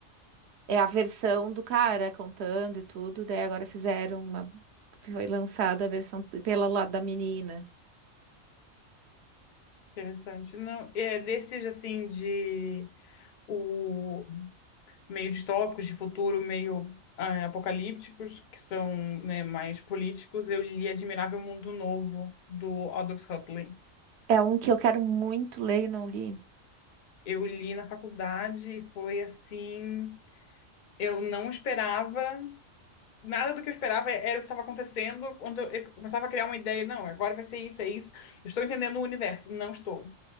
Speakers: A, on the right; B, on the left.
A: É a versão do cara contando e tudo, daí agora fizeram uma. Foi lançada a versão pelo lado da menina.
B: interessante. Não, é desses, assim, de... O meio distópicos, de futuro meio ah, apocalípticos, que são, né, mais políticos, eu li Admirável Mundo Novo, do Aldous Huxley.
A: É um que eu quero muito ler e não li.
B: Eu li na faculdade e foi assim. Eu não esperava, nada do que eu esperava era o que estava acontecendo. Quando eu eu começava a criar uma ideia, não, agora vai ser isso, é isso. Eu estou entendendo o universo. Não estou.